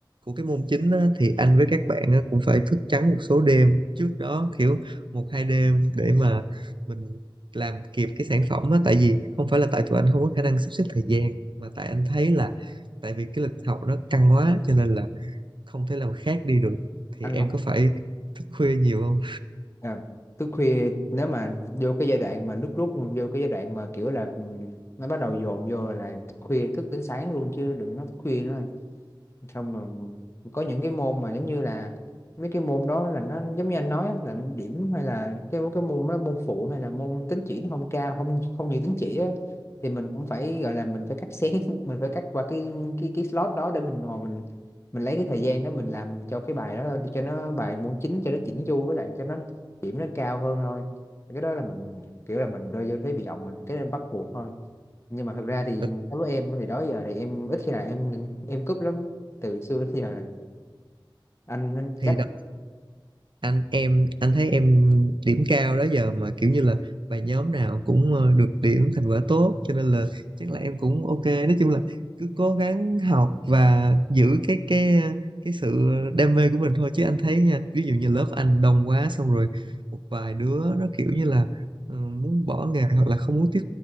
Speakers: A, on the right; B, on the left.
A: của cái môn chính á, thì anh với các bạn á, cũng phải thức trắng một số đêm trước đó kiểu một hai đêm để mà mình làm kịp cái sản phẩm á tại vì không phải là tại tụi anh không có khả năng sắp xếp thời gian mà tại anh thấy là tại vì cái lịch học nó căng quá cho nên là không thể làm khác đi được thì
B: anh
A: em
B: học
A: có phải thức khuya nhiều không
B: à, thức khuya nếu mà vô cái giai đoạn mà nước rút vô cái giai đoạn mà kiểu là ừ, nó bắt đầu dồn vô là thức khuya thức đến sáng luôn chứ đừng nói thức khuya nữa xong rồi có những cái môn mà giống như là mấy cái môn đó là nó giống như anh nói á, là điểm hay là cái cái môn đó, môn phụ hay là môn tín chỉ nó không cao không không nhiều tín chỉ á thì mình cũng phải gọi là mình phải cắt xén <laughs> mình phải cắt qua cái cái cái slot đó để mình ngồi mình mình lấy cái thời gian đó mình làm cho cái bài đó thôi, cho nó bài môn chính cho nó chỉnh chu với lại cho nó điểm nó cao hơn thôi Thì cái đó là mình kiểu là mình rơi vô thế bị động mình cái nên bắt buộc thôi nhưng mà thật ra thì
A: Ừ,
B: đối với em thì đó giờ thì em ít khi nào em em cúp lắm từ xưa đến giờ anh anh chắc
A: thì đó anh em anh thấy em điểm cao đó giờ mà kiểu như là bài nhóm nào cũng ờ, được điểm thành quả tốt cho nên là chắc là em cũng ok nói chung là cứ cố gắng học và giữ cái cái cái sự đam mê của mình thôi chứ anh thấy nha ví dụ như lớp anh đông quá xong rồi một vài đứa nó kiểu như là ờ, muốn bỏ nghề hoặc là không muốn tiếp